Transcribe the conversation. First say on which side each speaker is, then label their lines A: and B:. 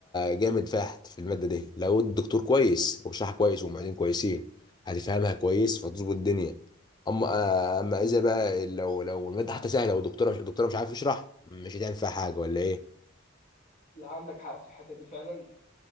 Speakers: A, on the left; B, on the left.
A: جامد فاحت في المادة دي لو الدكتور كويس وبيشرحها كويس والمعيدين كويسين هتفهمها كويس فتظبط الدنيا اما آه، اما اذا بقى لو لو المادة حتى سهلة والدكتورة مش الدكتورة مش عارف يشرح مش هتعمل فيها حاجة ولا ايه
B: لا عندك حق في الحته دي فعلا